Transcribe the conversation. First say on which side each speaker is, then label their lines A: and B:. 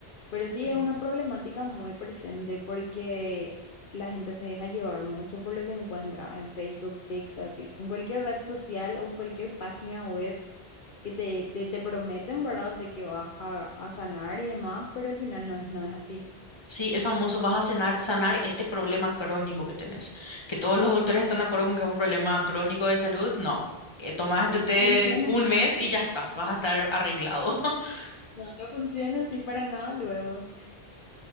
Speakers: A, on the left; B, on the left.
A: Pero sí
B: Ok.
A: es una problemática muy presente porque la gente se deja llevar mucho por lo que encuentra en Facebook, TikTok, en cualquier red social o en cualquier página web que te, te, te prometen, ¿verdad?, de que vas a, a sanar y demás, pero al final no es, no es así.
B: Sí, el famoso vas a cenar- sanar este problema crónico que tenés. Que todos los doctores están de acuerdo con que es un problema crónico de salud. No. Eh, tomás
A: No,
B: este
A: no
B: té
A: funciona,
B: un mes y ya estás, vas a estar arreglado. <laughs>
A: no, no funciona así para nada luego.